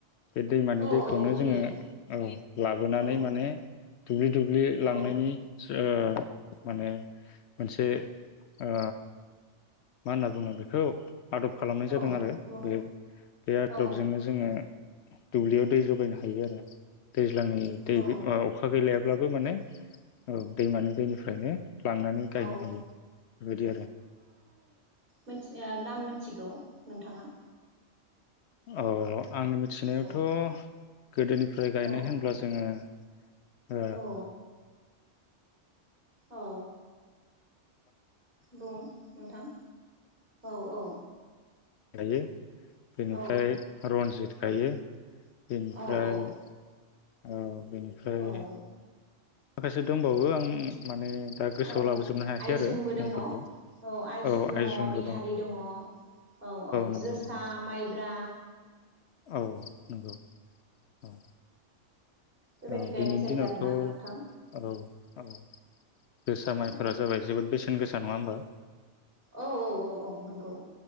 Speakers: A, on the left (about 70°); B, on the right (about 45°).
A: बे दैमानि
B: औ
A: दैखौनो
B: औ बोहैयो
A: जोङो औ। लाबोनानै
B: औ
A: माने दुब्लि दुब्लि लांनायनि
B: औ
A: ओ माने मोनसे ओ मा होनना बुङो बेखौ आदब खालामनाय जादों
B: औ
A: आरो
B: बुं
A: बेयाव बे आदबजोंनो
B: औ
A: जोङो दुब्लियाव दै जगायनो हायो आरो। दैज्लांनि दै
B: औ
A: ओ अखा गैलाया ब्लाबो माने औ दैमानि दैनिफ्रायनो लांनानै गायनो
B: औ
A: हायो बेबायदि आरो।
B: मिथि आ नाम मिथिगौ नोंथाङा?
A: अ' आंनि मिथिनायावथ'
B: औ
A: गोदोनिफ्राय गायनाय
B: औ
A: होनब्ला जोङो ओ
B: औ औ। बुं नोंथां औ औ।
A: गायो। बेनिफ्राय
B: औ
A: रनजित गायो। बेनिफ्राय
B: औ औ
A: औ। बेनिफ्राय
B: औ
A: माखासे दंबावो आं माने दा गोसोआव
B: औ
A: लाबोजोबनो हायाखै
B: आइजुमबो
A: आरो मुंफोरखौ
B: दङ औ आइजुम
A: औ
B: दङ
A: आइजुमबो
B: बिहारि दङ औ औ
A: नंगौ
B: जोसा
A: नंगौ
B: माइब्रा
A: औ नंगौ औ।
B: बेबायदि
A: औ
B: गायनाय
A: दिनैनि
B: जायो
A: दिनावथ'
B: आरोना
A: औ
B: नोंथां
A: औ जोसा
B: औ
A: माइफोरा जाबाय जोबोद बेसे सेन गोसा नङा होमबा?
B: औ औ औ औ नंगौ।